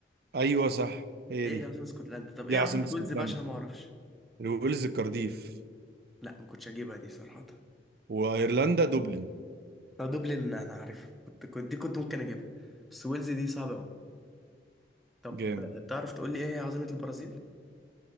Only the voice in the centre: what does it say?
هي
اللي عاصمة اسكتلندا طب
ايه
عاصمة
ويلز بقى عشان أنا ما اعرفش
لا ما كنتش اجيبها دي صراحة
لو دوبلن انا عارف كنت كنت دي كنت ممكن اجيبها بس ويلز دي صعبة قوي طب
آه، تعرف تقول لي ايه هي عاصمة البرازيل